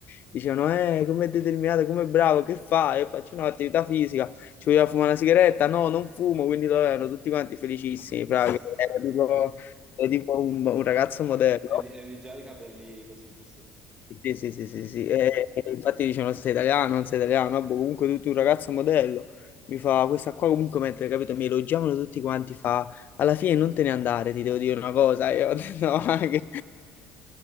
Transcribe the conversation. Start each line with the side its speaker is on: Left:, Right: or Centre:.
Left: Dicevano, eh, come determinato, come bravo, che fai? Io faccio no, attività fisica, ci vogliamo fumare una sigaretta? No, non fumo, quindi lo erano tutti quanti felicissimi,
Right: Contentissimo.
Left: fra, che era tipo, era tipo un, un ragazzo modello.
Right: Avevi avevi già i capelli così, giusto?
Left: Sì, sì, sì,
Right: <laughs>
Left: sì, sì. E, e infatti dicevano sei italiano, non sei italiano, ah, boh, comunque tu, tu un ragazzo modello, mi fa questa qua comunque mentre, capito, mi elogiavano tutti quanti, fa alla fine non te ne andare, ti devo dire una cosa, e io ho detto no, <laughs> anche...